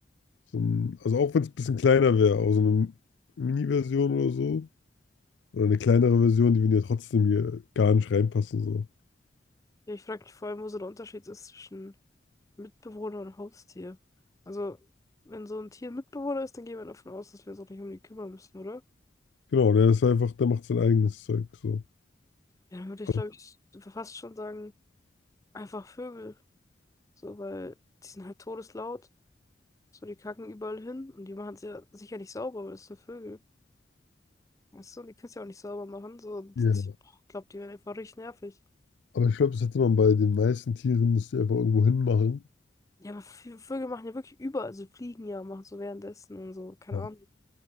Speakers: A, on the left (about 70°); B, on the left (about 20°).
A: so ein, also auch wenn es ein bisschen kleiner wäre, auch so eine Mini-Version oder so. Oder eine kleinere Version, die würden ja trotzdem hier gar nicht reinpassen. So.
B: Ja, Ich frage mich vor allem, wo so der Unterschied ist zwischen Mitbewohner und Haustier. Also, wenn so ein Tier ein Mitbewohner ist, dann gehen wir davon aus, dass wir uns auch nicht um die kümmern müssen, oder?
A: Genau, der ist einfach, der macht sein eigenes Zeug. So.
B: Ja, dann würde ich,
A: Also,
B: glaube ich, fast schon sagen, einfach Vögel. So, weil die sind halt todeslaut. So, die kacken überall hin und die machen es ja sicher nicht sauber, weil das sind Vögel. Weißt du, die können es ja auch nicht sauber machen. So, und
A: ja.
B: ich glaube, die werden einfach richtig nervig.
A: Aber ich glaube, das hätte man bei den meisten Tieren, dass die einfach irgendwo hinmachen.
B: Ja, aber Vö- Vögel machen ja wirklich überall, also fliegen ja, machen so währenddessen und so, keine
A: Ja.
B: Ahnung.